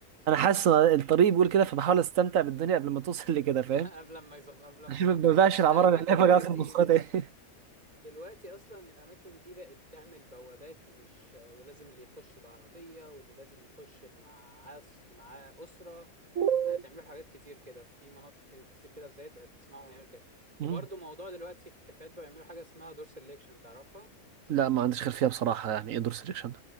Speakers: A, on the right (about 65°); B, on the right (about 25°).
A: انا حاسس ان الطريق بيقول كده فبحاول استمتع بالدنيا قبل ما توصل <laughs> لكده فاهم
B: <laughs> قبل ما يظب قبل ما
A: عشان ما بقاش
B: <laughs>
A: العماره
B: ده الاماكن
A: اللي هناك
B: دلوقتي
A: بقى في المواصلات
B: م-
A: ايه
B: دلوقتي اصلا الاماكن دي بقت تعمل بوابات ومش ولازم اللي يخش بعربيه واللي لازم يخش مع معاه اسره
A: <laughs>
B: بقت يعملوا حاجات كتير كده في مناطق ك- كتير كده في زايد بقت تسمعهم يعملوا كده
A: مم.
B: وبرضه موضوع دلوقتي في الكافيهات بقى يعملوا حاجه اسمها دور سelection تعرفها
A: لا ما عنديش خلفيه بصراحه يعني ايه دور سيلكشن